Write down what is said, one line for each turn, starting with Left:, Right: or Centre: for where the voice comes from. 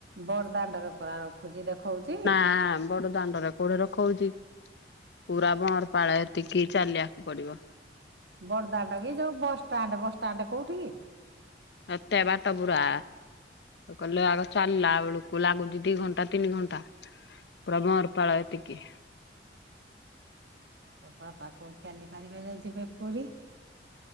Right: ବଡଦାଣ୍ଡରେ ପରା ରଖୁଛି ଦେଖୋଉଛି।
Left: ହାଁ ବଡ ଦାଣ୍ଡରେ କୋଉଠି ରଖୋଉଚି ପୁରା ବଂରପାଳ ଏତିକି ଚାଲିବାକୁ ପଡିବ।
Right: ବଡଦାଣ୍ଡ କି ଯୋଉ ବସଷ୍ଟାଣ୍ଡ ବସଷ୍ଟାଣ୍ଡ କୋଉଠି କି?
Left: ଏତେ ବାଟ ବୁୁରା ଗଲେ ଆଗ ଚାଲିଲା ବେଳକୁ ଲାଗୁଛି ଦି ଘଣ୍ଟା ତିନି ଘଣ୍ଟା। ପୁରା ବଂରପାଳ ଏତିକି
Right: ତୋ ବାପା କୋଉ ଚାଲି ପାରିବେ ଯେ ଯିବେ ପୁରୀ -